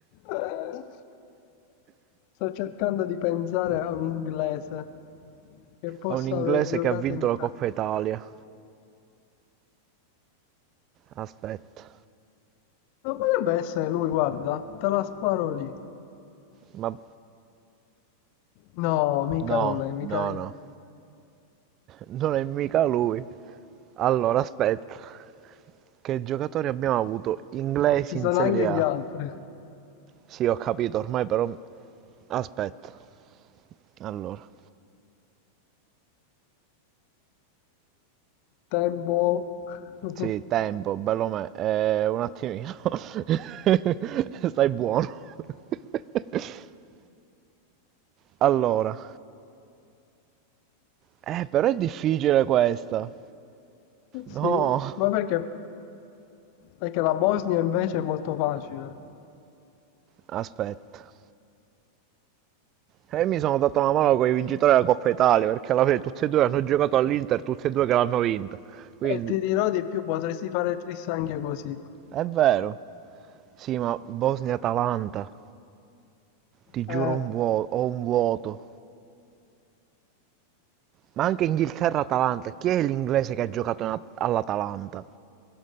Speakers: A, on the left; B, on the right.
A: Eh, Sto cercando di pensare a un inglese che possa
B: A un inglese
A: aver giocato
B: che ha vinto
A: in Italia.
B: la Coppa Italia. Aspetta,
A: Non potrebbe essere lui, guarda, te la sparo lì.
B: ma
A: No, mica
B: no,
A: non è, mica
B: no,
A: lì.
B: no, non è mica lui. Allora, aspetta, che giocatori abbiamo avuto inglesi
A: Ci sono
B: in Serie
A: anche
B: A?
A: gli altri.
B: Sì, ho capito, ormai però... Aspetta, allora,
A: Tempo. <laughs>
B: sì, tempo, bello me, eh, un attimino, <laughs> stai buono. <laughs> Allora, eh, però è difficile questa.
A: Sì,
B: No,
A: ma perché? Perché la Bosnia invece è molto facile.
B: aspetta. E io mi sono dato una mano con i vincitori della Coppa Italia, perché alla fine tutti e due hanno giocato all'Inter, tutti e due che l'hanno vinta. Quindi,
A: E ti dirò di più, potresti fare tris anche così.
B: è vero. Sì, ma Bosnia-Atalanta, ti giuro
A: Eh,
B: un vuo- ho un vuoto. Ma anche Inghilterra-Atalanta, chi è l'inglese che ha giocato in- all'Atalanta?